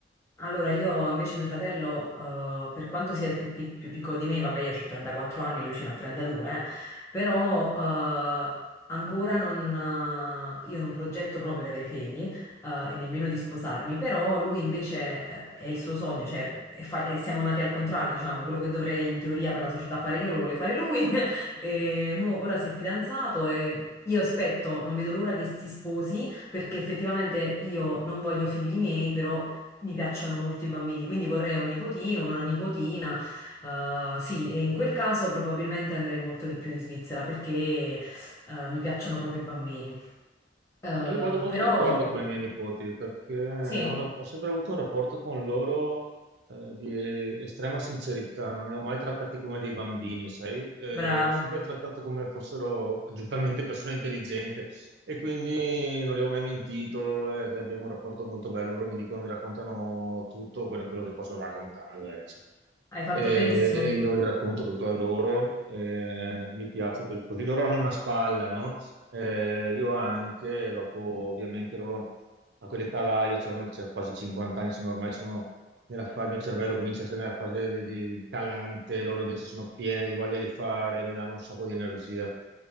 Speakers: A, on the left; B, on the right.
A: Allora, io invece mio fratello, eh, per quanto sia il più, pic- più piccolo di me, vabbè, io ho 34 anni, lui ce n'ha 32, eh, però eh, ancora non, eh, io non progetto proprio di avere figli eh, e nemmeno di sposarmi, però lui invece eh, è il suo sogno, cioè è fa- e siamo nati al contrario, diciamo, quello che dovrei in teoria per la società fare io lo vuole fare lui <laughs> e mo ora si è fidanzato e... Io aspetto, non vedo l'ora che si sposi perché effettivamente io non voglio figli miei, però mi piacciono molto i bambini, quindi vorrei un nipotino, una nipotina. eh, sì, e in quel caso probabilmente andrei molto di più in Svizzera perché eh, mi piacciono proprio i bambini. Eh,
B: Io vado molto
A: però
B: d'accordo con i miei nipoti perché ho,
A: sì,
B: ra- ho sempre avuto un rapporto con loro eh, di estrema sincerità, non li ho mai trattati come dei bambini, sai? Eh,
A: bravo,
B: ho sempre trattato come fossero giustamente persone intelligenti e quindi non li ho mai mentito, eh, abbiamo un rapporto molto bello, loro mi dicono, mi raccontano tutto quello quello che possono raccontare. cioè
A: hai fatto
B: e,
A: benissimo.
B: e io gli racconto tutto a loro. eh, mi piace perché così loro hanno una spalla, no? Eh, io anche, e dopo ovviamente loro a quell'età là, io c'ho ormai c'ho quasi 50 anni, sono ormai sono nella fase, il mio cervello comincia a essere nella fase di, di calante, loro invece sono pieni di voglia di fare, mi danno un sacco di energia.